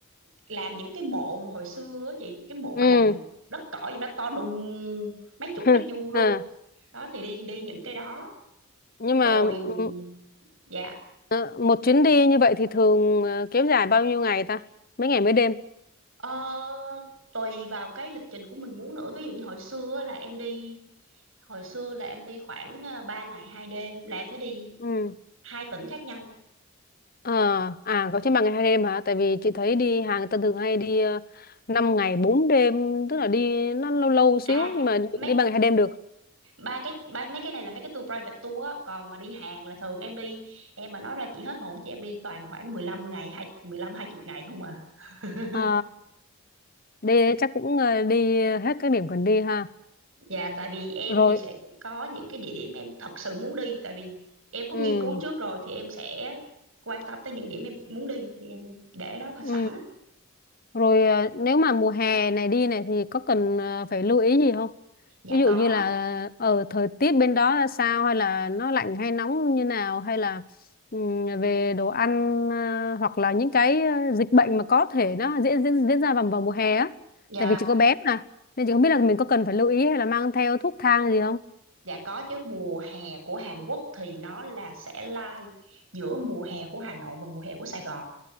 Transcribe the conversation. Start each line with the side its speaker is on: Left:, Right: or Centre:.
Right: làm những cái mộ mà hồi xưa á chị, cái mộ
Left: ừ
Right: mà làm bằng đất cỏ vậy nó to đùng mấy chục
Left: <laughs>
Right: mét vuông luôn.
Left: à
Right: Đó thì đi đi những cái đó
Left: nhưng
Right: rồi
Left: mà ừ,
Right: dạ
Left: ờ, một chuyến đi như vậy thì thường ờ, kéo dài bao nhiêu ngày ta mấy ngày mấy đêm
Right: Ờ, tùy vào cái lịch trình của mình muốn nữa ví dụ như hồi xưa á là em đi hồi xưa là em đi khoảng à, 3 ngày hai đêm là em sẽ đi
Left: ừ
Right: hai tỉnh khác nhau
Left: ờ à
Right: Dạ.
Left: có trên ba ngày hai đêm hả tại vì chị thấy đi Hàn người ta thường hay đi uh, 5 ngày bốn đêm tức là đi nó lâu lâu xíu
Right: à
Left: nhưng mà
Right: mấy
Left: đi ba ngày hai đêm được
Right: ba cái ba, mấy cái này là mấy cái tour private tour á còn mà đi Hàn là thường em đi em mà nói ra chị hết hồn chứ em đi toàn khoảng mười lăm ngày hai mười lăm hai 20 ngày không à <laughs>
Left: ờ đi chắc cũng ờ, đi hết các điểm cần đi ha
Right: dạ tại vì em
Left: rồi
Right: thì sẽ có những cái địa điểm em thật sự muốn đi tại vì em có
Left: ừ
Right: nghiên cứu trước rồi thì em sẽ quan tâm tới những điểm em muốn đi thì em để đó
Left: ừ
Right: sẵn
Left: Rồi ờ, nếu mà mùa hè này đi này thì có cần ờ, phải lưu ý gì không?
Right: Dạ
Left: Ví dụ
Right: có,
Left: như là ở thời tiết bên đó là sao hay là nó lạnh hay nóng như nào hay là ừm, về đồ ăn ờ, hoặc là những cái ờ, dịch bệnh mà có thể nó diễn diễn diễn ra vào vào mùa hè á.
Right: dạ,
Left: Tại vì chỉ có bé mà nên chị không biết là mình có cần phải lưu ý hay là mang theo thuốc thang gì không?
Right: dạ có chứ mùa hè của Hàn Quốc thì nó là sẽ lai giữa mùa hè của Hà Nội và mùa hè của Sài Gòn